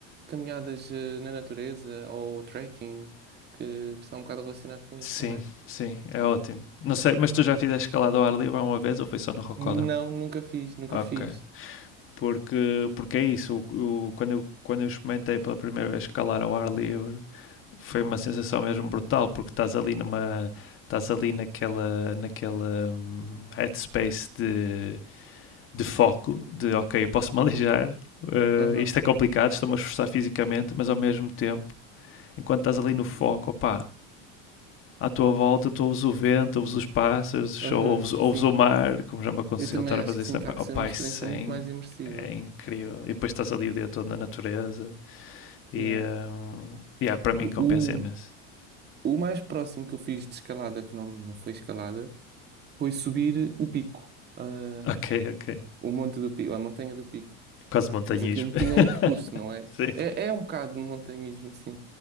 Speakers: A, on the right; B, on the left.
A: Caminhadas, eh, na natureza ou trekking, que, que está um bocado relacionado com
B: Sim,
A: isso também.
B: sim, é ótimo. Não sei, mas tu já fizeste escalada ao ar livre uma vez ou foi só no Rocódromo?
A: Não, nunca fiz, nunca
B: Ok.
A: fiz.
B: Porque, porque é isso, o, o- quando, eu, quando eu experimentei pela primeira vez escalar ao ar livre, foi uma sensação mesmo brutal, porque estás ali numa estás ali naquela naquela hum, headspace de, de foco, de ok, eu posso me <laughs> aleijar, eh,
A: Aham,
B: isto é complicado, estou-me a esforçar fisicamente, mas ao mesmo tempo, enquanto estás ali no foco, opá, à tua volta, tu ouves o vento, ouves os pássaros,
A: aham,
B: ouves, ouves
A: sim.
B: o mar, como já me aconteceu
A: Eu também
B: estar
A: acho
B: a fazer
A: que
B: isso
A: sim,
B: na
A: que
B: praia.
A: há de
B: Oh,
A: ser
B: pai,
A: uma experiência
B: sem
A: muito mais imersiva.
B: é incrível. E depois estás ali o dia todo na natureza e
A: Yeah.
B: um, yeah, para mim
A: O,
B: compensa imenso. <laughs>
A: O mais próximo que eu fiz de escalada, que não, não foi escalada, foi subir o pico, ah,
B: Ok, ok.
A: o monte do pico, a montanha do pico.
B: Quase montanhismo.
A: Mas aquilo
B: <laughs>
A: tinha um percurso, não é?
B: Sim.
A: É, é um bocado de montanhismo, sim.